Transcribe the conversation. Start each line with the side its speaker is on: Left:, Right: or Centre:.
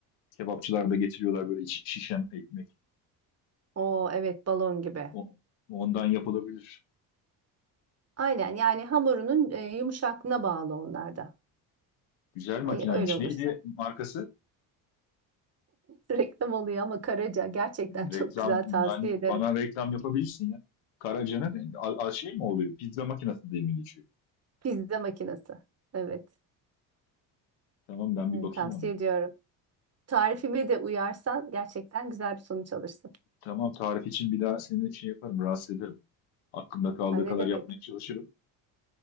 Left: kebapçılar da getiriyorlar böyle içi şişen ekmek.
Right: O evet balon gibi.
Left: O, ondan yapılabilir.
Right: Aynen yani hamurunun e, yumuşaklığına bağlı onlar da.
Left: Güzel makinaymış.
Right: E, öyle olursa.
Left: Neydi markası?
Right: Reklam oluyor ama Karaca gerçekten çok
Left: Reklam
Right: güzel
Left: ben-
Right: tavsiye ederim.
Left: bana reklam yapabilirsin ya. Karaca'nın a, a- şey mi oluyor? Pizza makinası diye mi geçiyor?
Right: Pizza makinesi. Evet.
Left: Tamam ben
Right: Evet,
Left: bir bakayım
Right: tavsiye
Left: ona.
Right: ediyorum. Tarifime de uyarsan gerçekten güzel bir sonuç alırsın.
Left: Tamam tarif için bir daha seni şey yaparım, rahatsız ederim. Aklımda kaldığı
Right: Ha, ne
Left: kadar
Right: demek?
Left: yapmaya çalışırım.